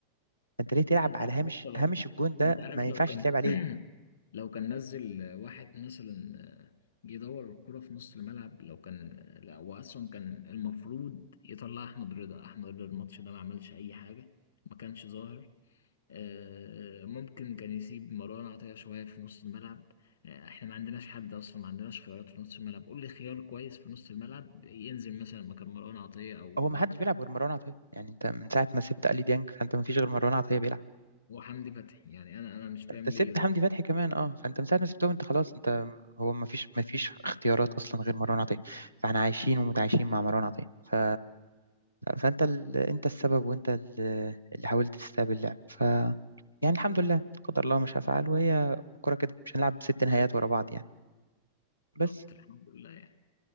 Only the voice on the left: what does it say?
انت
عارف
يا اسطى لو
انت عارف
لو كان
<clears throat> لو كان نزل واحد مثلا آه، جه يدور الكرة في نص الملعب لو كان لا هو اصلا كان المفروض يطلع احمد رضا احمد رضا الماتش ده ما عملش اي حاجة ما كانش ظاهر آه، آه، ممكن كان يسيب مروان عطية شوية في نص الملعب آه، احنا ما عندناش حد اصلا ما عندناش خيارات في نص الملعب قول لي خيار كويس في نص الملعب ينزل مثلا مكان مروان عطية او
أو حمدي فتحي يعني انا انا مش فاهم
ليه يروح
بالظبط الحمد لله يعني